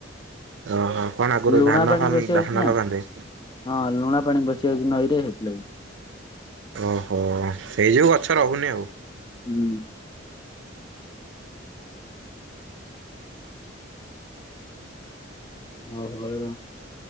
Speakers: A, on the right (about 65°); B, on the left (about 25°).
A: ଓ ହୋ। କଣ ଆଗରୁ
B: ଲୁଣା
A: ଧାନ
B: ପାଣି
A: ଫାନ୍
B: ପଶି ଯାଉଛି
A: ଧାନ
B: ନା
A: ଲଗାନ୍ତି?
B: ହଁ ଲୁଣା ପାଣି ପଶିଯାଉଚି ନଈରେ ହେଇଥିଲାଗି।
A: ଓହୋ। ସେଇ ଯୋଉ ଗଛ ରହୁନି ଆଉ।
B: ହୁଁ। <unintelligible>